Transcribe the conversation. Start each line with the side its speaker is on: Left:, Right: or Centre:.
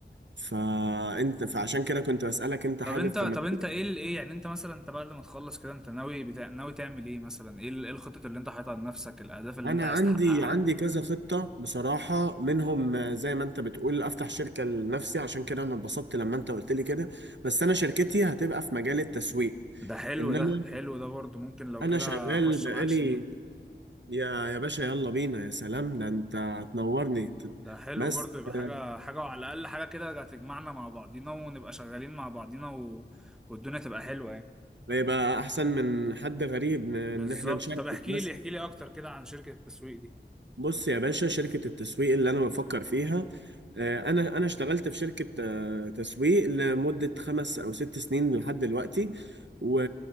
Right: فانت فعشان كده كنت بسالك انت
Centre: طب
Right: حابب
Centre: انت
Right: في
Centre: طب
Right: مجال
Centre: انت ايه ال- ايه يعني انت مثلا انت بعد ما تخلص كده انت ناوي بتا... ناوي تعمل ايه مثلا ايه ال- ايه الخطط اللي انت حاططها لنفسك الاهداف اللي
Right: إيه؟
Centre: انت
Right: انا
Centre: عايز
Right: عندي
Centre: تحققها
Right: عندي كذا خطه بصراحه منهم آه، زي ما انت بتقول افتح شركه لنفسي عشان كده انا اتبسطت لما انت قلت لي كده بس انا شركتي هتبقى في مجال التسويق
Centre: ده حلو
Right: ان
Centre: ده
Right: انا
Centre: حلو ده برضو ممكن لو
Right: انا
Centre: كده
Right: شغال
Centre: اخش
Right: بقالي
Centre: معاك شريك
Right: يا يا باشا يلا بينا يا سلام ده انت تنورني ت-
Centre: ده حلو
Right: بس
Centre: برضو يبقى حاجة
Right: آه،
Centre: حاجة وعلى الاقل حاجة كده هتجمعنا مع بعضينا ونبقى شغالين مع بعضينا و... والدنيا تبقى حلوة يعني
Right: يبقى احسن من حد غريب ن- ان
Centre: بالظبط
Right: احنا نشاركه
Centre: طب احكي
Right: بس
Centre: لي احكي لي اكتر كده عن شركة التسويق دي
Right: بص يا باشا شركة التسويق اللي أنا بفكر فيها آه، أنا أنا اشتغلت في شركة آه، تسويق لمدة خمس أو ست سنين لحد دلوقتي و...